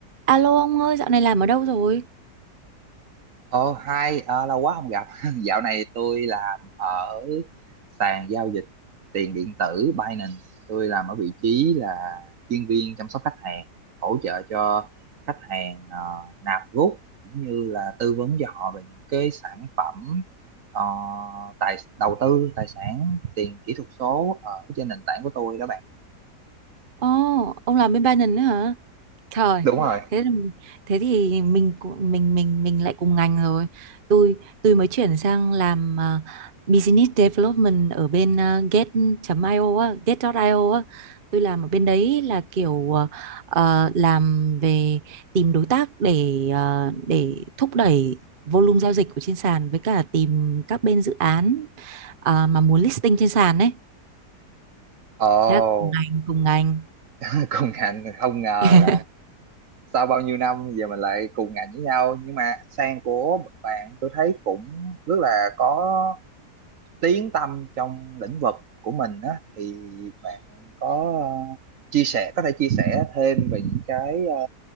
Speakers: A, on the right (about 40°); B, on the right (about 55°).
A: Alo ông ơi, dạo này làm ở đâu rồi?
B: Ờ, hai ờ, lâu quá không gặp. <laughs> Dạo này tôi làm ở sàn giao dịch tiền điện tử Binance. Tôi làm ở vị trí là chuyên viên chăm sóc khách hàng, hỗ trợ cho khách hàng ờ, nạp rút cũng như là tư vấn cho họ về những cái sản phẩm ờ, tài đầu tư, tài sản, tiền kỹ thuật số ở trên nền tảng của tôi đó bạn.
A: Ồ, ông làm bên Binance nữa hả? Trời,
B: Đúng rồi.
A: thế là- thế thì mình cũng- mình mình mình lại cùng ngành rồi. Tôi tôi mới chuyển sang làm à, business development ở bên à, get.io á, get.io á. Tôi làm ở bên đấy là kiểu à, ờ, làm về tìm đối tác để à, để thúc đẩy volume giao dịch của trên sàn với cả tìm các bên dự án à, mà muốn listing trên sàn ấy
B: Ồ,
A: thế là cùng ngành cùng ngành
B: <laughs> công ngành không ngờ
A: <laughs>
B: sau bao nhiêu năm giờ mình lại cùng ngành với nhau nhưng mà sang của bạn tôi thấy cũng rất là có tiếng tăm trong lĩnh vực của mình á thì bạn có ờ, chia sẻ có thể chia sẻ thêm về những cái ờ,